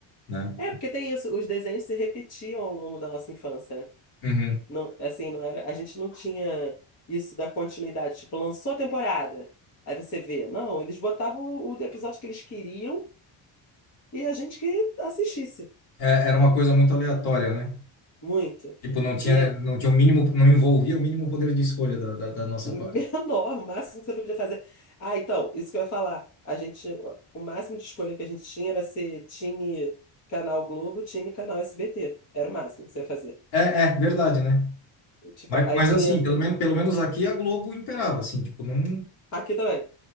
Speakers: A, on the left; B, on the left.
A: né?
B: É, porque tem isso, os desenhos se repetiam ao longo da nossa infância, né?
A: Uhum.
B: Não, assim, não era, a gente não tinha isso da continuidade, tipo, lançou a temporada, aí você vê. Não, eles botavam o, o episódio que eles queriam e a gente que assistisse
A: É, era uma coisa muito aleatória, né?
B: muito.
A: Tipo, não tinha,
B: E aí,
A: não tinha o mínimo, não envolvia o mínimo poder de escolha da, da, da
B: <laughs>
A: nossa
B: menor,
A: parte.
B: o máximo que você podia fazer. Ah, então, isso que eu ia falar. A gente, o máximo de escolha que a gente tinha era ser time Canal Globo, time Canal SBT. Era o máximo que você ia fazer.
A: É, é verdade, né?
B: Tipo,
A: Mas,
B: aí
A: mas
B: tinha
A: assim, pelo menos, pelo menos aqui a Globo imperava, assim, tipo, não,
B: Aqui também.